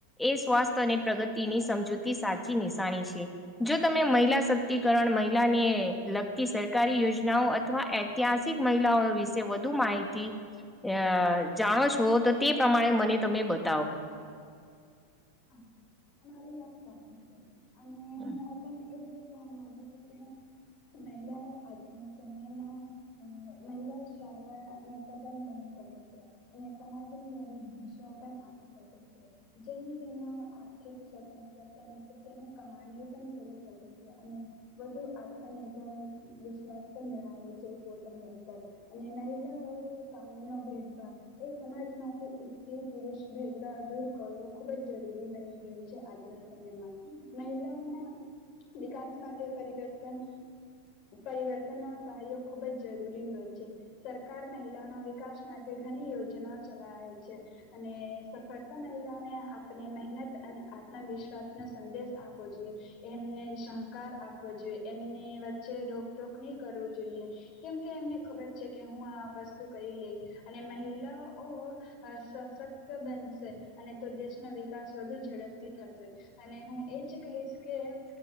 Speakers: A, in the centre; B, on the left.
A: એ સ્વાસ્થ્ય અને પ્રગતિની સમજૂતી સાચી નિશાની છે, જો તમે મહિલા સક્તિકરણ મહિલાને લગતી સરકારી યોજનાઓ અથવા ઐતિહાસિક મહિલાઓ વિશે વધુ માહિતી અ જાણો છો, તો તે પ્રમાણે મને તમે બ તવ <inaudible>
B: હા, તમારી રાતી છે. અને
A: હા,
B: હું પણ એ જે કવા મામાંગ છે, કે મહિલાઓ આજના સમયમાં મહિલા શાળાને પ્રબન બની શકે છે, અને સમાજની નવી ભાષાઓ પણ આપી શકે છે, જેને આર્થિક સ્વતંત્રતા રીતે તેને કમાણીઓ પણ કરી શકે છે, અને વધુ આત્મનિર્ભર વિશ્વાસ પણ ધણાવે છે, એ પોતાના ઉપર અને મહિલાઓ સામે ન ભેદભાવ એ સમાજમાંથી સ્ત્રી પુરુષ ભેદભાવ દૂર કરવો ખૂબ જ જરૂરી બની ગયો છે, આજના સમયમાં મહિલાઓના વિકાસ માટે પરિવર્તન પરિવર્તનનો સહયોગ ખૂબ જ જરૂરી હોય છે, સરકાર મહિલાઓના વિકાસ માટે ઘણી યોજનાઓ ચલાવે છે અને સફળતા મહિલાઓને આપને મહેનત અને આત્મવિશ્વાસ નો સંદેશ આપો જોઈએ એમને સહકાર આપવો જોઈએ એમની વચ્ચે રોકટોક નહી કરવું જોઈએ કેમકે એમને ખબર છે, કે હું આ વસ્તુ કરી લઈશ અને મહિલાઓ સશક્ત બનશે અને તો દેશ વિકાસ વધુ ઝડપથી થશે અને હું એજ કહીશ કે